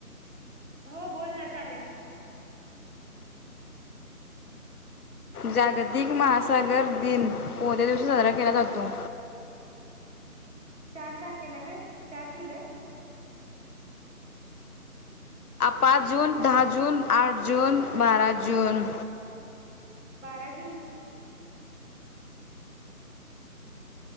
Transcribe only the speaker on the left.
जागतिक महासागर दिन कोणत्या दिवशी साजरा केला जातो
पाच जून दहा जून आठ जून बारा जून